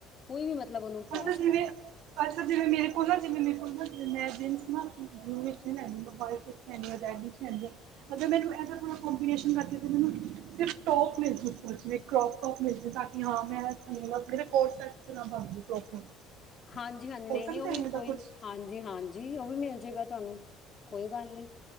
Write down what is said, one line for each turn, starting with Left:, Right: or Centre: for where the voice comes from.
Left: ਕੋਈ ਵੀ ਮਤਲਬ ਨੂੰ ਪਾ
Right: ਅੱਛਾ
Left: ਸਕਦਾ
Right: ਜਿਵੇਂ ਅੱਛਾ <unintelligible>
Left: ਹਾਂਜੀ -ਹਾਂਜੀ
Right: ਹੋ
Left: ਨਹੀਂ-
Right: ਸਕਦਾ
Left: ਨਹੀਂ ਉਹ
Right: ਐਵੇਂ
Left: ਵੀ ਕੋਈ
Right: ਦਾ ਕੁਛ
Left: ਹਾਂਜੀ -ਹਾਂਜੀ ਉਹ ਵੀ ਮਿਲ ਜੇਗਾ ਤੁਹਾਨੂੰ ਕੋਈ ਗੱਲ ਨੀ